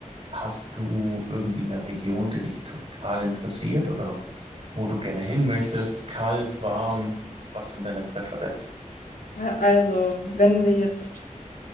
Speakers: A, on the right; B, on the left.
A: hast du irgendwie eine Region, die dich total interessiert oder wo du gerne hin möchtest, kalt, warm, was sind deine Präferenzen?
B: Ja, Also, wenn wir jetzt